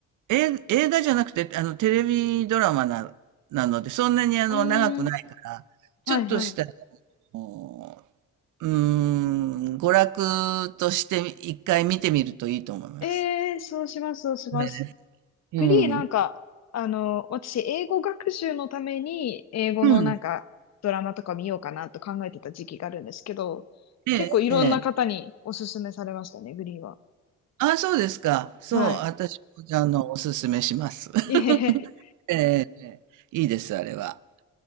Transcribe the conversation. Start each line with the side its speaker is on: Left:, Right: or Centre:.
Right: う、映映画じゃなくて、あの、テレビドラマな、なので、そんなにあの、
Left: うーん。
Right: 長くないから、
Left: はい、
Right: ちょっとした、
Left: はい。
Right: あのうーん、娯楽として一回見てみるといいと思います。
Left: ええー、そうします、そうします。
Right: それでうん。
Left: グリーなんか、あの、私、英語学習のために、英語のなんか、
Right: うん。
Left: ドラマとか見ようかなと考えてた時期があるんですけど、
Right: ええ、
Left: 結構いろんな方におすすめされましたね、
Right: ええ。
Left: グリーは。
Right: あ、そうですか。そう、
Left: はい。
Right: 私も、あの、おすすめします。<laughs>
Left: <laughs> ええ、
Right: ええ、ええいいです、あれは。